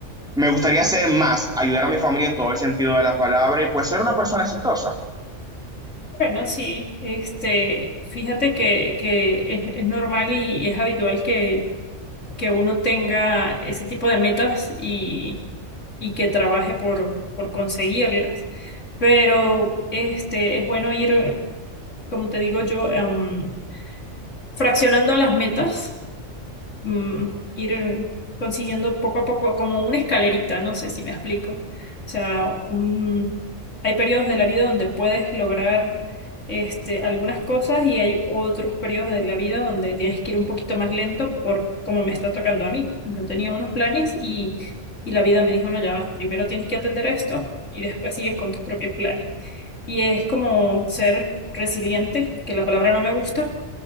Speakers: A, in the centre; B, on the left.
A: me gustaría ser más, ayudar a mi familia en todo el sentido de la palabra y pues ser una persona exitosa.
B: Bueno, sí, este, fíjate que, que es, es normal y es habitual que que uno tenga ese tipo de metas y, y que trabaje por, por conseguirlas. Pero este, es bueno ir, como te digo yo, em, fraccionando las metas mm, ir consiguiendo poco a poco como una escalerita, no sé si me explico. O sea, un- hay periodos de la vida donde puedes lograr este, algunas cosas y hay otros periodos de la vida donde tienes que ir un poquito más lento por como me está tocando a mí. Yo tenía unos planes y, y la vida me dijo, no, ya va, primero tienes que atender esto y después sigues con tus propios planes. Y es como ser resiliente, que la palabra no me gusta,